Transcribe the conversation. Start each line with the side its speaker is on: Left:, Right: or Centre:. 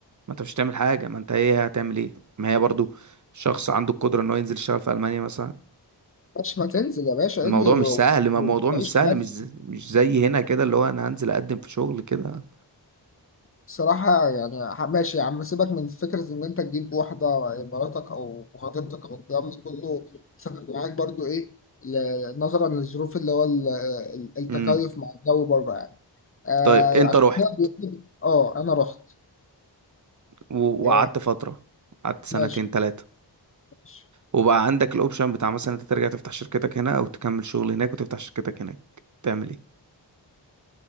Right: انت مش هتعمل حاجه ما انت ايه هتعمل ايه ما هي برضو شخص عنده القدره ان هو ينزل يشتغل في المانيا مثلا
Left: ماشي ما تنزل يا باشا
Right: الموضوع
Left: انزل و-
Right: مش سهل ما
Left: وتعيش
Right: الموضوع مش سهل
Left: حياتك
Right: مش ز- مش زي هنا كده اللي هو انا هنزل اقدم في شغل كده
Left: صراحة يعني ح- ماشي يا عم سيبك من فكرة إن أنت تجيب واحدة مراتك أو خطيبتك أو الكلام ده كله سبب معاك برضو إيه ل- نظرا للظروف اللي هو ال- ال- التكيف
Right: امم
Left: مع الجو بره يعني آه
Right: طيب انت
Left: عشان
Right: رحت
Left: كده بيقول- أه أنا رحت
Right: و-
Left: آه
Right: وقعدت فتره قعدت سنتين
Left: ماشي
Right: تلاتة
Left: ماشي
Right: وبقى عندك الاوبشن بتاع مثلا انت ترجع تفتح شركتك هنا او تكمل شغل هناك وتفتح شركتك هناك تعمل ايه